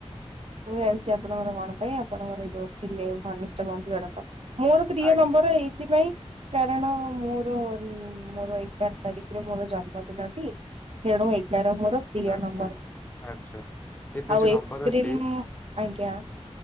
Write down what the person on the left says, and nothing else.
ଆଜ୍ଞା
ଆଚ୍ଛା
ଆଚ୍ଛା ଆଚ୍ଛା।
ଆଚ୍ଛା ଏବେ
ଯୋଉ
ନମ୍ବର ଅଛି